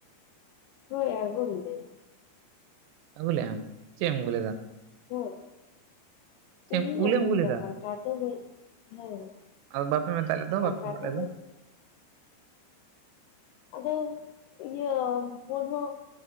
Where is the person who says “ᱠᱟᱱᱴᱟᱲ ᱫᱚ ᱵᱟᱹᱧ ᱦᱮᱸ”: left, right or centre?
Left